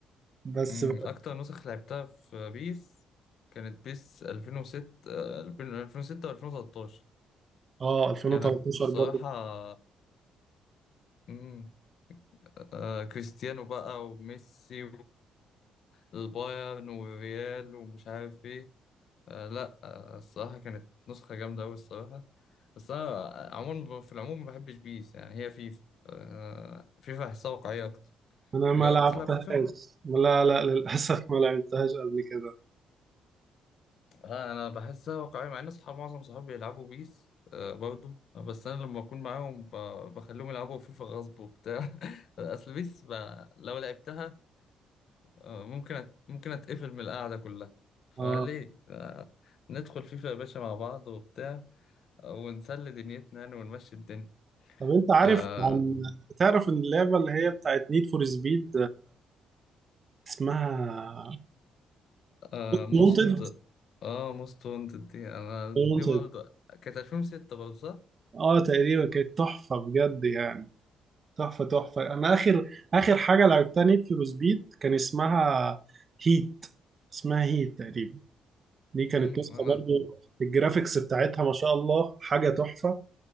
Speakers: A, on the right; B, on the left.
A: بس
B: أمم، اكتر نسخ لعبتها في بيس كانت بيس 2006 آه، 2006 و2013
A: آه 2013
B: كانت الصراحه
A: برضو
B: أمم، آه، كريستيانو بقى وميسي والبايرن والريال ومش عارف ايه آه لا آه الصراحة كانت نسخة جامدة أوي الصراحة بس أنا عموما في العموم ما بحبش بيس يعني هي فيفا آه فيفا أحسها واقعية أكتر
A: أنا ما
B: جربت
A: لعبتهاش
B: تلعب فيفا؟
A: لا لا للأسف ما لعبتهاش قبل كده
B: آه أنا بحسها واقعية مع إن أصحاب معظم صحابي بيلعبوا بيس آه برضو بس أنا لما أكون معاهم ب- بخليهم يلعبوا فيفا غصب وبتاع <laughs> أصل بيس ب... لو لعبتها آه ممكن أت... ممكن أتقفل من القعدة كلها فليه؟
A: اه
B: آه ندخل فيفا يا باشا مع بعض وبتاع آه، ونسلي دنيتنا يعني ونمشي الدنيا
A: طب انت عارف
B: آه،
A: عن تعرف ان اللعبه اللي هي بتاعت نيد فور سبيد اسمها
B: آه
A: وونتد
B: موست اه موست وانتد دي انا
A: وونتد
B: دي برضه كانت 2006 برضه صح؟
A: اه تقريبا كانت تحفه بجد يعني تحفه تحفه انا اخر اخر حاجه لعبتها نيد فور سبيد كان اسمها هيت اسمها هيت تقريبا دي كانت
B: امم
A: نسخه
B: انا
A: برضو الجرافيكس بتاعتها ما شاء الله حاجه تحفه